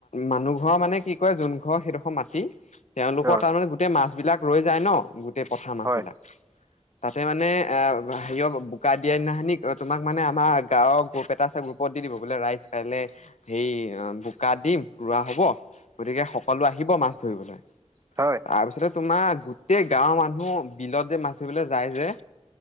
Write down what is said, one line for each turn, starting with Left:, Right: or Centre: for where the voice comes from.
Left: মানুহ ঘৰ মানে কি কয় যোন ঘৰ সেইডোখৰ মাটি। তেওঁলোকৰ
Right: হয়
Left: তাৰমানে গোটেই মাছবলাক ৰৈ যায় ন গোটেই পথাৰ মাছবিলাক।
Right: হয়
Left: তাতে মানে এ হেৰিয় বোকা দিয়া দিনাখানি তোমাক মানে আমাৰ গাঁওৰ গ্ৰুপ এটা আছে। গ্ৰুপ গ্ৰুপৰত দি দিব বোলে ৰাইজ কাইলে হে বোকাত, দিম ৰোৱা হ'ব গতিকে সকলো আহিব মাছ ধৰিবলে।
Right: হয়।
Left: তাৰপিছতে তোমাৰ গোটেই গাঁওঁৰ মানুহ বিলত যে মাচবলে যায় যে,